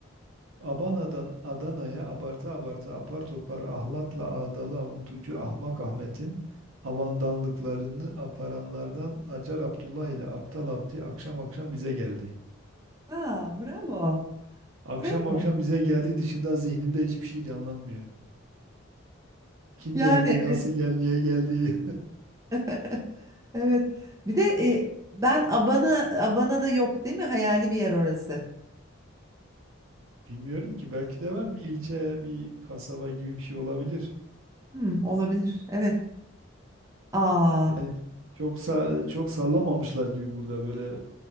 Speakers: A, on the right (about 75°); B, on the right (about 15°).
A: Abana'dan Adana'ya abartı abartı apar topar ahlatla ağdalı avuntucu Ahmak Ahmet'in avandanlıklarını aparanlardan Acar Abdullah ile Aptal Abdi akşam akşam bize geldi.
B: Aa, bravo.
A: Akşam
B: Bravo.
A: akşam bize geldi dışında zihnimde hiçbir şey canlanmıyor. Kim
B: Yani
A: geldi, nasıl
B: evet.
A: geldi, niye geldi
B: <laughs> Evet. Bir de e, ben Abana Abana da yok değil mi? Hayali bir yer orası.
A: <laughs> bilmiyorum ki. Belki de var bir ilçe, bir kasaba gibi bir şey olabilir.
B: Hmm, olabilir. Evet. Aa,
A: Yani çok sa- çok sallamamışlar gibi burada böyle